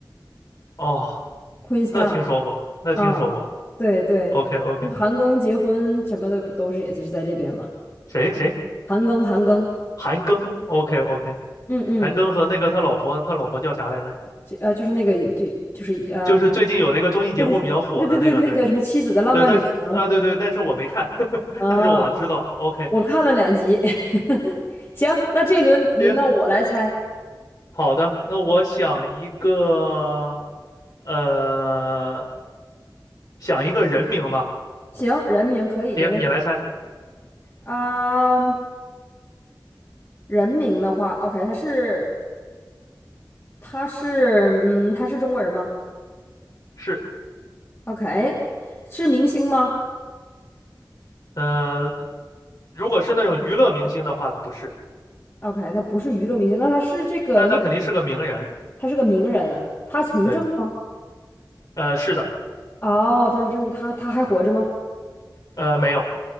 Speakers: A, on the left; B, on the left.
A: 哦，
B: ，Queenstown
A: 那听说过，那听说过。
B: 啊，对对，
A: OK OK，
B: 就是韩庚结婚什么的不都是也是在这边嘛？
A: 谁谁？
B: 韩庚，韩庚，
A: 韩庚？OK OK，
B: 嗯嗯，
A: 韩庚和那个他老婆，他老婆叫啥来着？
B: 这呃就是那个就就是呃，
A: 就是最近有那个综艺节目比较火的那个，
B: 对对对对对，那个什么妻子的浪漫旅行
A: 对对，但是啊、对对，但是我没看，<laughs>
B: 啊，
A: 但是我知道。OK，
B: 我看了两集，<laughs> 行，那这一轮轮到我来猜，
A: 行，好的，那我想一个，呃，想一个人名吧。
B: 行，人名可以没问题
A: 行，你来猜，
B: 啊，人名的话，OK，他是他是嗯他是中国人吗
A: 是，
B: ？OK，是明星吗？
A: 呃，如果是那种娱乐明星的话，他不是，
B: OK，他不是娱乐明星，那他是这个，
A: 但他肯定是个名人。
B: 他他是个名人，他从政吗？
A: 对，呃，是的，
B: 哦，他是政，他他还活着吗？
A: 呃，没有，